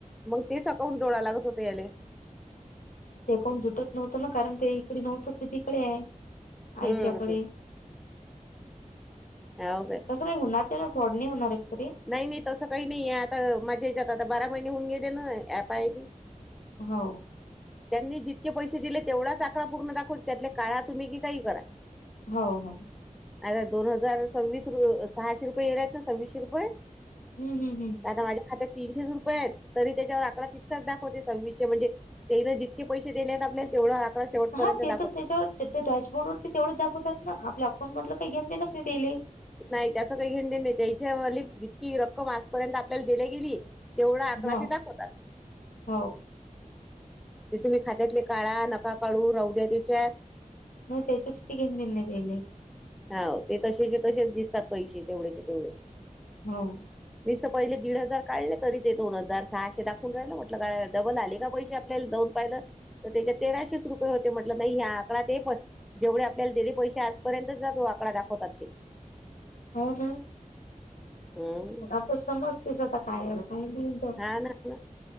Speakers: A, in the centre; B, on the left.
A: मग तेच अकाउंट जोडाय लागत होते याले.
B: ते कोण झुटत नव्हतंना कारण ते इकडे नव्हतच, ते तिकडे आहे आईच्याकडे
A: हम्म हाव काय.
B: जसं काही होणार, ते ना फ्रॉड नाही होणार एक तरी
A: नाही नाही तसं काही नाही आहे. आता माझ्या याच्यात आता बारा महिने होऊन गेले ना ॲप आहे.
B: हो <inaudible>
A: त्यांनी जितके पैसे दिले. तेवढाच आकडा पूर्ण दाखवते. त्यातले काळा तुम्ही की काही करा.
B: हो हो
A: अर दोन हजार सव्वीस र सहाशे रुपयेला आहेत. ना सव्वीसशे रुपये
B: हम्म हम्म हम्म
A: आता माझ्या खात्यात तीनशेच रुपये आहेत, तरी त्याच्यावर आकडा तितकाच दाखवते. सव्वीसशे म्हणजे तेन जितके पैसे दिले आहेत. आपल्याला तेवढं अकडा शेवटपर्यंत
B: हा ते
A: दाखवत
B: त्याच्यावर तर त्या डॅशबोर्डवर तर तेवढच दाखवतात ना आपल्या अकाउंट मधलं, काही घेण देणच नही त्यायले.
A: नाही त्याच काही घेणदेण नाही. त्यायच्या वाली जितकी रक्कम आजपर्यंत आपल्याला देल्या गेली. तेवढा आकडा
B: हो
A: ते दाखवतात.
B: हो
A: जथेम्ही खात्यातले काळा नका काढू राहु द्या त्याच्यात.
B: नव तेचे साठी घेणं देणं नवले.
A: हा ते तसेचे तसेच दिसतात पैसे तेवढेचे तेवढेच.
B: हो.
A: मीस तर पहिले दीड हजार काढले तरी ते दोन हजार सहाशे दाखून राहिलं म्हटलं का डबल आले का पैसे. दोन पाहिलं तर त्याच्या तेराशेच रुपये होते म्हटलं नाही ह आकडा ते पण जेवढे आपल्याला दिले पैसे आजपर्यंतच जातो आकडा दाखवतात ते
B: हो ना <inaudible>
A: हम्म
B: आप समजतेस आता काय काही नाही. तर.
A: हा ना आपल.